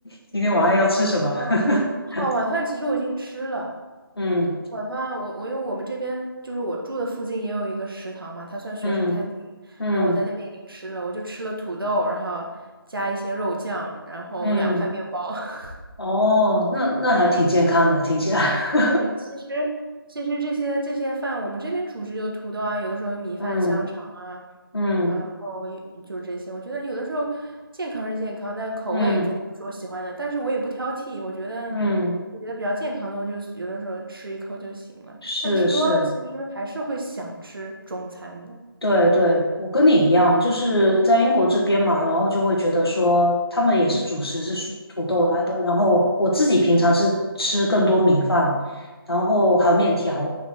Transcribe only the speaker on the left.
今天晚上要吃什么？
<laughs>
嗯
嗯嗯
嗯，
哦，那那还挺健康的，听起来。<laughs>
嗯
嗯
嗯
嗯，
是是。
对对，我跟你一样，就是在英国这边嘛，然后就会觉得说他们也是主食是属土豆来的，然后我自己平常是吃更多米饭，然后还有面条，